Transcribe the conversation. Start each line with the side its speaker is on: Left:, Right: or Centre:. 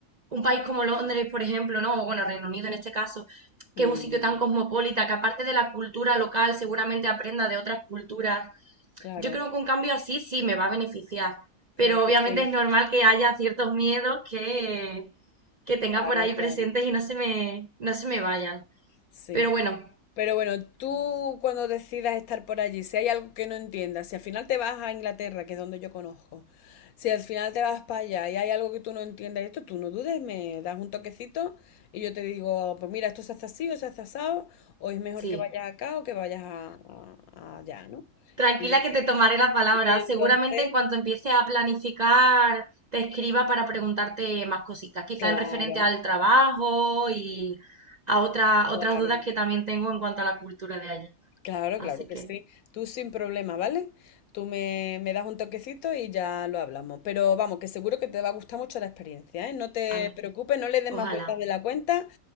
Right: Un país como Londres, por ejemplo, ¿no? O bueno, Reino Unido en este caso, que
Left: mm,
Right: es un sitio tan cosmopolita, que aparte de la cultura local seguramente aprenda de otras culturas.
Left: Claro,
Right: Yo creo que un cambio así sí me va a beneficiar, pero
Left: claro que
Right: obviamente
Left: sí,
Right: es normal que haya ciertos miedos que, que tenga
Left: claro,
Right: por ahí
Left: claro.
Right: presentes y no se me, no se me vayan.
Left: Sí,
Right: Pero bueno,
Left: pero bueno, tú cuando decidas estar por allí, si hay algo que no entiendas, si al final te vas a Inglaterra, que es donde yo conozco, si al final te vas para allá y hay algo que tú no entiendas, esto tú no dudes, me das un toquecito y yo te digo, pues mira, esto se hace así o se hace asado, o es mejor
Right: sí.
Left: que vayas acá o que vayas a, a- a allá, ¿no?
Right: Tranquila
Left: Y ya está.
Right: que te tomaré la palabra.
Left: Y entonces,
Right: Seguramente en cuanto empiece a planificar, te escriba para preguntarte más cositas, quizá
Left: claro,
Right: en referente al trabajo y a otra-
Left: claro.
Right: otras dudas que también tengo en cuanto a la cultura de allá.
Left: Claro,
Right: Así
Left: claro que
Right: que,
Left: sí. Tú sin problema, ¿vale? Tú me, me das un toquecito y ya lo hablamos. Pero vamos, que seguro que te va a gustar mucho la experiencia, ¿eh? No te
Right: ay,
Left: preocupes, no le des
Right: ojalá,
Left: más vueltas de la cuenta,